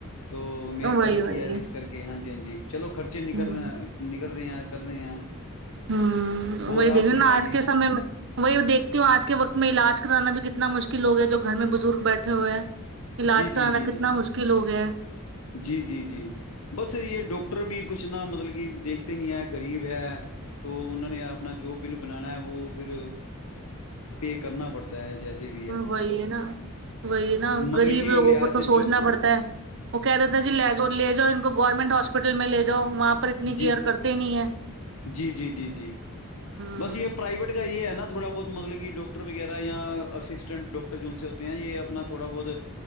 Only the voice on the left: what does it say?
تو مر
کر رکھی
ہے اس کر کے ہاں جی ہاں ج چلو خ بچے نکل
رہ نکل رہے ہیں کر رہے ہیں
اور
آپ
فرمائیے
جی جی
جی جی
جی جی جی بس یہ ڈاکٹر بھی کچھ نہا مطلب کہ دیکھتے نہیں ہے غریب ہے تو انوں نے اپنا جو بل بنانا ہے وہ پھر پے کرنا پڑتا ہے جیسے بھی <unintelligible>
مطلب
کہ
لحاظ
ڈاکٹر
جی
جی جی جی جی
بس یہ پرائیویٹ کا یہ ہے نا تھوڑا بہت مطلب کہ ڈاکٹ وغیرہ یا اسسٹینٹ ڈاکٹر سے ہوتے ہیں یہ اپنا تھوڑا بہت